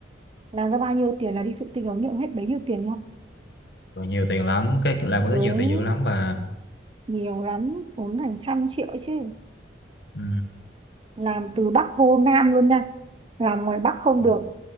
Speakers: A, on the right; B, on the left.
A: làm ra bao nhiêu tiền là đi thụ tinh ống nghiệm hết bấy nhiêu tiền luôn
B: rồi nhiều tiền lắm cái làm của nó
A: đúng
B: nhiều tiền nhiều lắm bà
A: nhiều lắm tốn hàng trăm triệu chứ
B: ừ
A: làm từ Bắc vô Nam luôn nha làm ngoài Bắc không
B: ừ
A: được